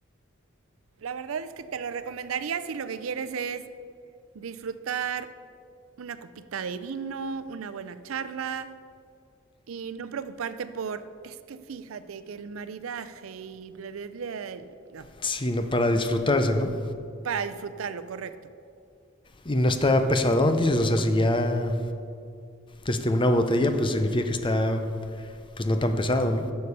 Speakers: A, on the right; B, on the left.
A: La verdad es que te lo recomendaría si lo que quieres es disfrutar una copita de vino, una buena charla, Y no preocuparte por, es que fíjate que el maridaje y bla, bla, bla. No,
B: Sí, no, para disfrutarse, ¿no?
A: para disfrutarlo, correcto.
B: Y no está pesadón, dices. O sea, si ya, este, una botella, pues significa que está, pues no tan pesado, ¿no?